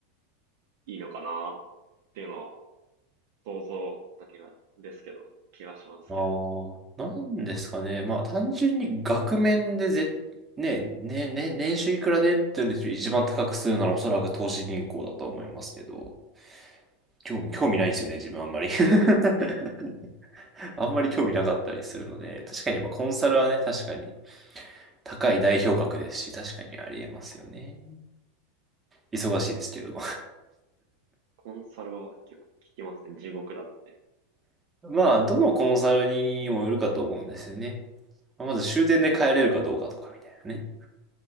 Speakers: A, on the right; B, on the right.
A: いいのかなっていうのは想像だけが、ですけど、気がしますけど。
B: ああ、なんですかね。まあ、単純に額面でぜ、ね、ね、ね、年収いくらでっていうのを一番高くするならおそらく投資銀行だとは思いますけど、興味、興味ないんですよね、自分あんまり。<laughs> <laughs> あんまり興味なかったりするので、確かにまあコンサルはね、確かに高い代表格ですし、確かにありえますよね。忙しいですけど。
A: コンサルは結構聞きますね。地獄だって。
B: <laughs> まあ、どのコンサルにもよるかと思うんですよね。まず終電で帰れるかどうかとかみたいなね。